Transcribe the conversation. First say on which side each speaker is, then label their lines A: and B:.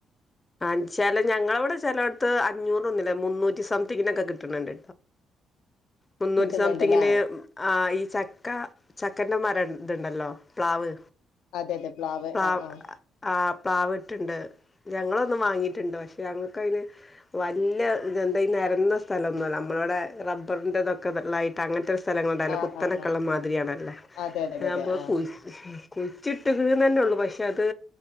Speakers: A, on the left (about 25°); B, on the left (about 85°).
A: ആ ചെല ഞങ്ങളവിടെ ചെലോട്ത്ത് അഞ്ഞൂറൊന്നുല്ല മുന്നൂറ്റി സംതിങ്ങിനൊക്കെ കിട്ടണണ്ട്.
B: <inaudible>
A: മുന്നൂറ്റി
B: കിട്ടുന്നുണ്ടല്ലേ
A: സംതിങ്ങിന് ആ ഈ ചക്ക ചക്കന്റെ മരം ഇതുണ്ടല്ലോ പ്ലാവ്
B: അതെ അതെ
A: പ്ലാവ്
B: ആഹ് ആഹ്
A: ആ് പ്ലാവ് ഇട്ടുണ്ട് ഞങ്ങളൊന്ന് വാങ്ങിട്ട്ണ്ട്‌ പക്ഷേ ഞങ്ങക്കയില് വല്ല്യ ഇതെന്താ ഈ നെര്ന്ന സ്ഥലൊന്ന്വല്ല നമ്മളവ്‌ടെ റബ്ബറിന്റതൊക്കെ ദള്ളായിട്ട് അങ്ങന് ത്തെ സ്ഥലങ്ങളുണ്ടായല്ല
B: ആഹ്
A: കുത്തനക്കെള്ളം
B: ആഹ് ആഹ്
A: മാതിരിയാണല്ല
B: അതെ അതെ അതെ
A: അതാകുമ്പോ
B: അതെ ആഹ്
A: കുല്‌ കുയിച്ചിട്ടത് ന്നെന്നുള്ളൂ പക്ഷെ അത്